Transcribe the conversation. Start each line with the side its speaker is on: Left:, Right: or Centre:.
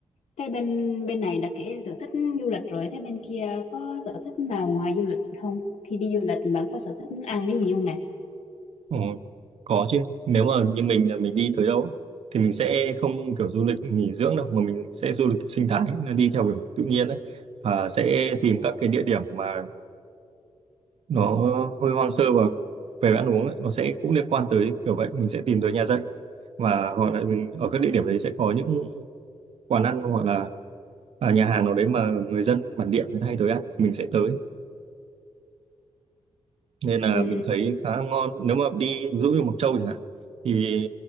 Left: cái bên bên này đã kể sở thích du lịch rồi thế bên kia có sở thích nào ngoài du lịch không khi đi du lịch bạn có sở thích ăn cái gì không nè
Right: Ờ, có chứ nếu mà như mình là mình đi tới đâu á, thì mình sẽ không kiểu du lịch nghỉ dưỡng đâu mà mình sẽ du lịch kiểu sinh thái là đi theo kiểu tự nhiên đấy và sẽ tìm các cái địa điểm mà nó hơi hoang sơ và về ăn uống ấy, nó sẽ cũng liên quan tới kiểu vậy mình sẽ tìm tới nhà dân và hoặc là mình ở các địa điểm đấy sẽ có những quán ăn hoặc là à, nhà hàng nào đấy mà người dân bản địa người ta hay tới ăn thì mình sẽ tới nên là
Left: ừ
Right: mình thấy khá ngon nếu mà đi ví dụ như Mộc Châu chẳng hạn thì